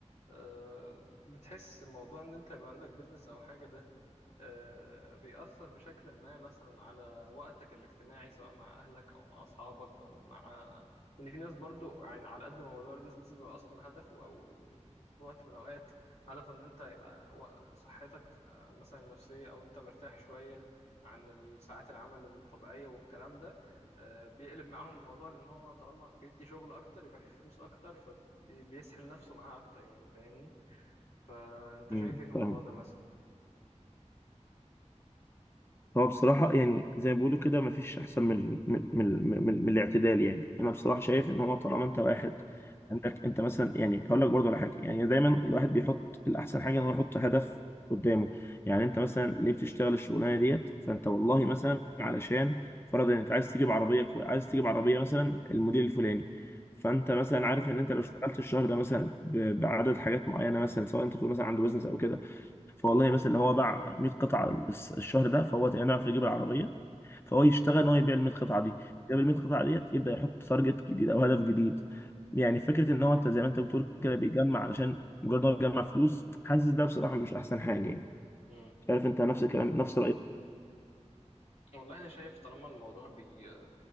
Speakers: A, on the left; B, on the left.
A: آه، بتحس موضوع ان انت يبقى عندك بيزنس او حاجه ده آه، بيأثر بشكل ما مثلا على وقتك الاجتماعي سواء مع أهلك أو مع أصحابك أو مع إن في ناس برضو يعني على قد ما موضوع البيزنس بيبقى أصلا هدفه أو في وقت من الأوقات هدفه إن أنت يبقى و- صحتك آه، مثلا النفسية أو أنت مرتاح شوية عن الساعات العمل الطبيعية والكلام ده آه، بيقلب معاهم الموضوع لأن هو طالما بيدي شغل أكتر يبقى فيه فلوس أكتر فبيسحل نفسه معاه أكتر يعني فاهمني فأنت
B: امم
A: شايف إيه في الموضوع
B: فاهم
A: ده مثلا؟
B: هو بصراحة يعني زي ما بيقولوا كده مفيش أحسن من من من من, من الاعتدال يعني أنا بصراحة
A: مم.
B: شايف إن هو طالما أنت واحد عندك أنت مثلا يعني هقول لك برضه على حاجة يعني دايما الواحد بيحط الأحسن حاجة إن هو يحط هدف قدامه يعني أنت مثلا ليه بتشتغل الشغلانة ديت فأنت والله مثلا علشان فرضا أنت عايز تجيب عربية كو... عايز تجيب عربية مثلا الموديل الفلاني فأنت مثلا عارف إن أنت لو اشتغلت الشهر ده مثلا ب... بعدد حاجات معينة مثلا سواء أنت بتقول مثلا عنده بزنس أو كده فوالله مثلا لو هو باع 100 قطعه الس- الشهر ده فهو تقريبا يعرف يجيب العربيه فهو يشتغل
A: مم.
B: ان هو يبيع ال 100 قطعه دي جاب ال 100 قطعه ديت يبدا يحط تارجت جديد او هدف جديد يعني فكره
A: مم.
B: ان هو انت زي ما انت بتقول كده بيجمع علشان مجرد ان هو بيجمع فلوس حاسس ده بصراحه مش احسن حاجه يعني
A: مم.
B: مش عارف انت نفس الكلام نفس رايك
A: والله انا شايف طالما الموضوع بي